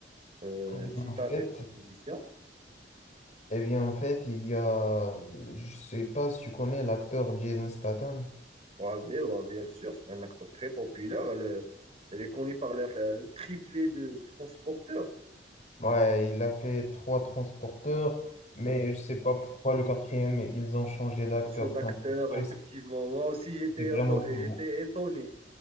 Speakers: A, on the right; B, on the left.
A: Euh,
B: Eh bien,
A: si
B: en
A: tu
B: fait,
A: as des propositions.
B: eh bien, en fait, il y a, je sais pas si tu connais l'acteur Jason Statham.
A: Ouais, bien, ouais, bien sûr, c'est un acteur très populaire. Elle, est elle est connue par la- la- le triplé de transporteur.
B: Ouais, il a fait trois transporteurs, mais je sais pas pourquoi le quatrième, ils ont changé d'acteur
A: Un jeu d'acteur,
B: principal.
A: effectivement. Moi aussi, j'étais
B: C'était
A: éto-
B: vraiment pas
A: j'étais
B: bon.
A: étonné.